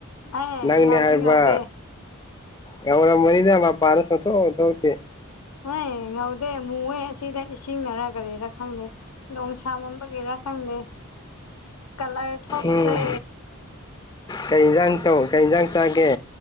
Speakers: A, on the left (about 85°); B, on the left (about 20°).
A: ꯑꯦ
B: ꯅꯪꯅꯦ
A: ꯉꯧꯗꯤ
B: ꯍꯥꯏꯕ
A: ꯉꯧꯗꯦ
B: ꯉꯧꯔꯝ ꯃꯅꯤꯗꯥ ꯃꯄꯥꯟꯁꯨ ꯁꯨꯛꯊꯣꯛ ꯊꯣꯛꯇꯦ
A: ꯍꯦ ꯉꯧꯗꯦ ꯃꯣꯏ ꯑꯁꯤꯗ ꯏꯁꯤꯡꯅꯔ ꯀꯔꯤꯔꯥ ꯈꯪꯗꯦ ꯅꯣꯡ ꯁꯥꯃꯟ ꯕꯒꯦꯔꯥ ꯈꯪꯗꯦ ꯀꯂꯔ ꯊꯣꯛꯇꯦ
B: ꯎꯝ ꯀꯩ ꯌꯦꯟꯁꯥꯡ ꯇꯧ ꯀꯩ ꯌꯦꯟꯁꯥꯡ ꯆꯥꯒꯦ